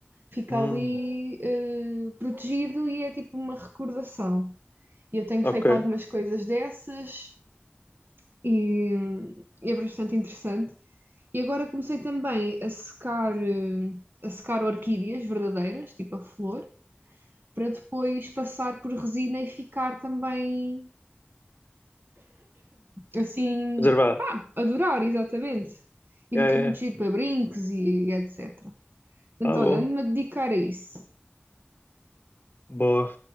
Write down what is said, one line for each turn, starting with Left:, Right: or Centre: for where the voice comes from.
Right: fica
Left: Hum.
Right: ali eh, protegido e é tipo uma recordação. E eu tenho
Left: Ok.
Right: feito algumas coisas dessas e e é bastante interessante. E agora comecei também a secar, eh, a secar orquídeas verdadeiras, tipo a flor, para depois passar por resina e ficar também assim,
Left: Reservado.
Right: pá, adorar, exatamente. E
Left: É,
Right: fica
Left: é.
Right: muito
Left: é.
Right: giro para brincos e etc. Portanto,
Left: Ah,
Right: olha,
Left: boa.
Right: ando-me a dedicar a isso.
Left: Boa.